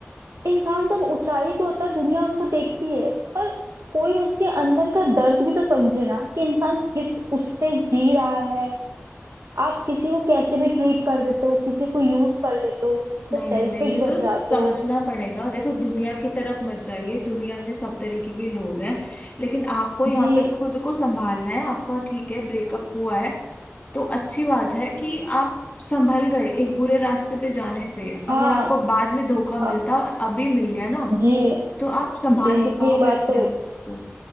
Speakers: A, on the right (about 80°); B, on the left (about 30°).
A: इंसान जब ऊंचाई पे होता है दुनिया उसको देखती है पर कोई उसके अंदर का दर्द भी तो समझे ना कि इंसान किस उससे जी रहा है आप किसी को कैसे भी ट्रीट कर देते हो किसी को यूज कर लेते हो किसी
B: नहीं
A: के सेल्फिश
B: नहीं नहीं ये
A: बन
B: तो
A: जाते
B: समझना
A: हो
B: पड़ेगा देखो दुनिया की तरफ मत जाइए दुनिया में सब तरीके के लोग हैं लेकिन आपको यहाँ
A: जी
B: पे खुद को संभालना है आपका ठीक है ब्रेकअप हुआ है तो अच्छी बात है कि आप संभल गए एक बुरे रास्ते पे जाने से
A: हाँ
B: अगर आपको बाद में धोखा
A: हाँ
B: मिलता अभी मिल गया ना
A: जी
B: तो आप संभाल
A: जी
B: सक पाओगे
A: ये बात
B: अपने
A: तो
B: आप को